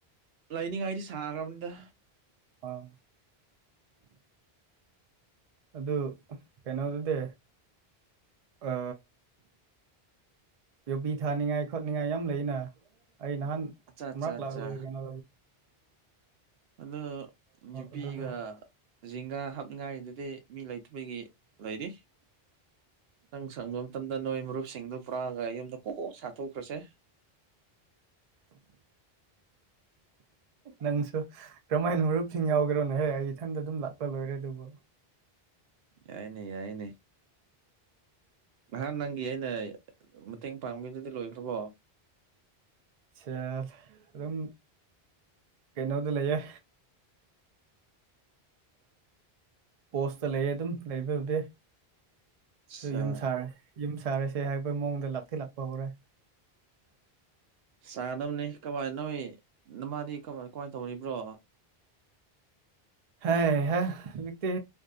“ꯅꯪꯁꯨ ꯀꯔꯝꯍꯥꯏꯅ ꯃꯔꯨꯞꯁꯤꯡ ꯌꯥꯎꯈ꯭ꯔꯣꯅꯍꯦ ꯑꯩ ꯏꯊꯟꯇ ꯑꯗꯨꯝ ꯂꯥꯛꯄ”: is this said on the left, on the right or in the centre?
Right